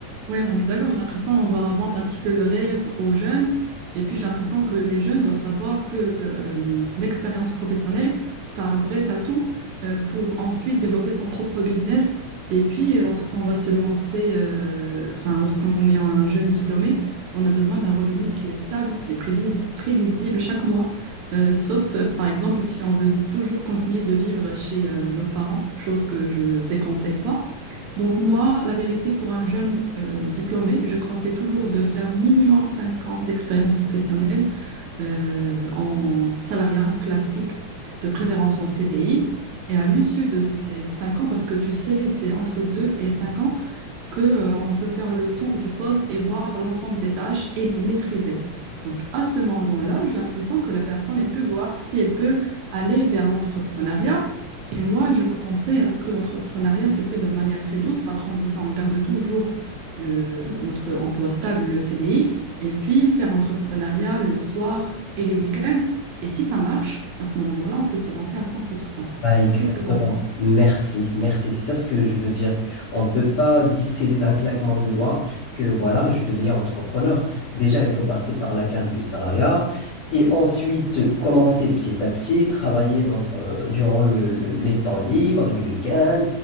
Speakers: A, on the right; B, on the left.
A: Oui, on est d'accord. J'ai l'impression qu'on va vendre un petit peu le rêve aux jeunes. Et puis, j'ai l'impression que les jeunes doivent savoir que euh, l'expérience professionnelle, c'est un vrai atout euh, pour ensuite développer son propre business. Et puis, lorsqu'on va se lancer, euh, enfin, lorsqu'on est un jeune diplômé, on a besoin d'un revenu qui est stable et prévis- prévisible chaque mois. Euh, sauf, euh, par exemple, si on veut toujours continuer de vivre chez euh, nos parents, chose que je déconseille pas. Donc moi, la vérité, pour un jeune euh, diplômé, je conseille toujours de faire minimum 5 ans d'expérience professionnelle euh, en salariat classique, de préférence en CDI. Et à l'issue de ces 5 ans, parce que tu sais, c'est entre 2 et 5 ans, que, euh, on peut faire le tour du poste et voir l'ensemble des tâches et les maîtriser. Donc, à ce moment-là, j'ai l'impression que la personne, elle peut voir si elle peut aller vers l'entrepreneuriat. Et moi, je conseille à ce que l'entrepreneuriat se fait de manière très douce, la transition. On garde toujours le, notre emploi stable, le CDI, et puis faire l'entrepreneuriat le soir et les week-ends. Et si ça marche, à ce moment-là, on peut se lancer à 100%.
B: Ah, exactement.
A: Toi, qu'est-ce que tu en penses?
B: Merci, merci. C'est ça ce que je veux dire. On ne peut pas décider d'un claquement de doigts que voilà, je deviens entrepreneur. Déjà, il faut passer par la case du salariat et ensuite commencer petit à petit, travailler dans son- durant le- le- les temps libres, les week-ends,